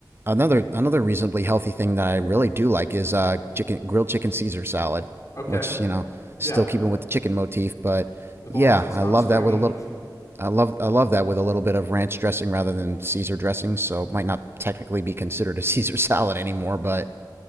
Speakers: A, on the right; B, on the left.
A: another another reasonably healthy thing that I really do like is uh chicken grilled chicken Caesar salad,
B: Okay,
A: which, you know,
B: yeah,
A: still keeping with the chicken motif, but
B: as long
A: yeah,
B: as it's
A: I
B: not
A: love
B: stringy.
A: that with a little I love I love that with a little bit of ranch dressing rather than Caesar dressing, so it might not technically be considered a <laughs> Caesar salad anymore, but